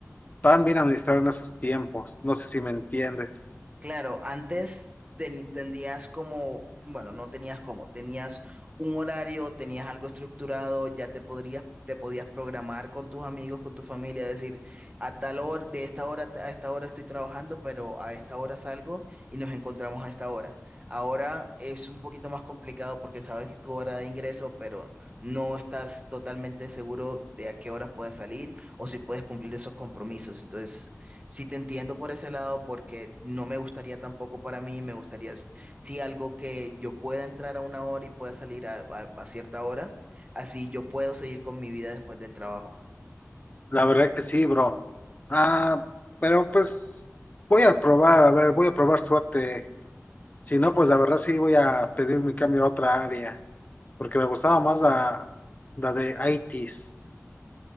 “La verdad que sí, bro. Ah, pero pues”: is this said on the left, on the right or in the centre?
Left